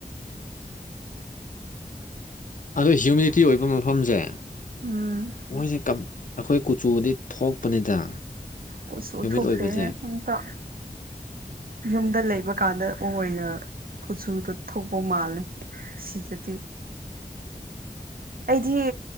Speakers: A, on the left; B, on the right.
A: ꯑꯗꯣ ꯍꯤꯌꯨꯃꯤꯗꯤꯇꯤ ꯑꯣꯏꯕ ꯃꯐꯝꯁꯦ
B: ꯎꯝ
A: ꯃꯣꯏꯁꯦ ꯑꯩꯈꯣꯏ ꯀꯨꯆꯨꯗꯤ ꯊꯣꯛꯄꯅꯤꯗ
B: ꯀꯨꯆꯨ
A: ꯍ꯭ꯌꯨꯃꯤꯠ
B: ꯊꯣꯛꯇꯦꯍꯦ
A: ꯑꯣꯏꯕꯁꯦ
B: ꯑꯝꯇ ꯌꯨꯝꯗ ꯂꯩꯕ ꯀꯥꯟꯗ ꯑꯣꯏꯅ ꯀꯨꯆꯨꯗꯣ ꯊꯣꯛꯕ ꯃꯥꯜꯂꯦ ꯁꯤꯗꯗꯤ ꯑꯩꯗꯤ